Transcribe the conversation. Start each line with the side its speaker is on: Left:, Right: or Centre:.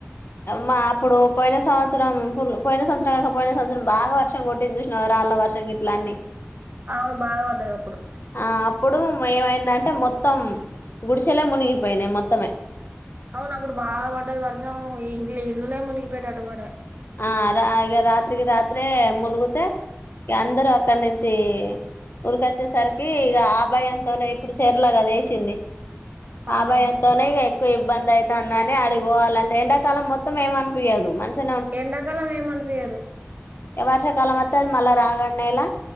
Left: మా అప్పుడు పోయినవత్సరం పోయిన సంవత్సరం కాకపో పోయిన సంవత్సరం బాగా వర్షం కొట్టింది చూసిన వారు అళ్ళ వర్షం గలన్ని
Right: అవును బాగా పడ్డది అప్పుడు
Left: ఆ అప్పుడు ఏమైందంటే అంటే మొత్తం గుడిసెలే మునిగిపోయినాయి మొత్తమే
Right: అవును అప్పుడు బాగా పడ్డది వర్షం ఈ ఇల్ ఇల్లులే మునిగిపోటేట్టు వాడే
Left: ఆ రా రాత్రికి రాత్రే మునుగు అందరు అక్కడ నుంచి ఊరిక వచ్చేసరికి ఇ ఆభాయంతోనే ఇప్పుడు చెర్లాగాద వేసింది
Right: అవునవును
Left: ఆభాయంతోనే ఎక్కువ ఇబ్బంది అయి అందని అడిపోవాలంటే ఎండాకాలం మొత్తం ఏమ అనిపయించదు మంచిష
Right: ఎండాకాలం ఏమనిపయదు
Left: వార్షికాల మ మల్ రాగ అడ నలా